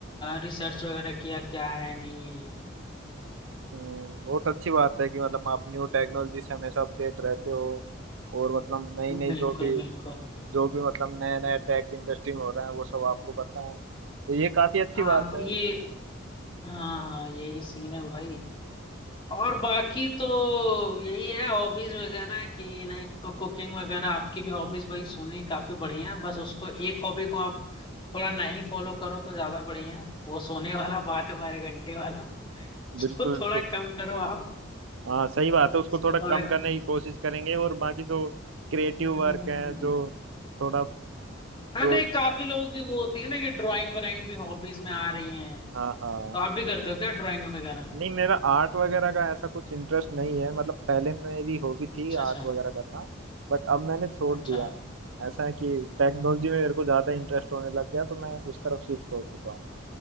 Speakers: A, on the left (about 25°); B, on the right (about 75°).
A: रिसर्च वगैरह किया क्या है नहीं है ये।
B: हम्म, बहुत अच्छी बात है कि मतलब आप न्यू टेक्नोलॉजी से हमेशा अपडेट रहते हो और मतलब नई नई
A: बिल्कुल
B: जो भी
A: बिल्कुल
B: जो भी मतलब नया नया टेक इंडस्ट्री में हो रहा है वो सब आपको पता है तो ये काफी अच्छी
A: हाँ
B: बात
A: तो
B: है
A: ये हाँ हाँ यही सीन है भाई और बाकी तो यही है हॉबीज वगैरह की लाइक कुकिंग वगैरह आपकी भी हॉबीज भाई सुनी काफी बढ़िया है बस उसको एक हॉबी को आप थोड़ा नहीं फॉलो करो तो ज्यादा बढ़िया है वो सोने वाला बारह बारह घंटे वाला उसको
B: बिल्कुल बिल्कुल
A: थोड़ा कम करो आप
B: हाँ सही बात है उसको
A: उसको
B: थोड़ा कम
A: थोड़ा
B: करने की कोशिश करेंगे और बाकी जो क्रिएटिव
A: हम्म, हम्म,
B: वर्क
A: हम्म।
B: है
A: हम्म।
B: जो थोड़ा प्रो
A: हाँ नहीं काफी लोगों की वो होती है ना कि ड्राइंग वराइंग भी हॉबीज में आ रही हैं
B: हाँ हाँ
A: तो आप भी करते हो क्या ड्राइंग वगैरह
B: नहीं मेरा आर्ट वगैरह का ऐसा कुछ इंटरेस्ट नहीं है मतलब पहले मेरी हॉबी थी
A: अच्छा अच्छा
B: आर्ट वगैरह करना बट अब मैंने छोड़
A: अच्छा
B: दिया है ऐसा है कि टेक्नोलॉजी में मेरे को ज्यादा इंटरेस्ट होने लग गया तो मैं उस तरफ शिफ्ट हो चुका हूँ